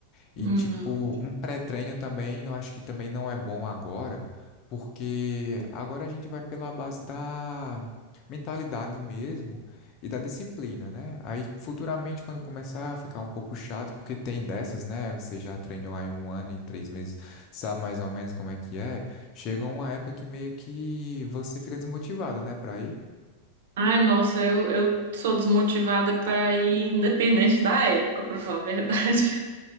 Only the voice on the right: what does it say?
Hum,
Não.
Ai, nossa, eu, eu sou desmotivada pra ir, independente da época, pra falar a verdade.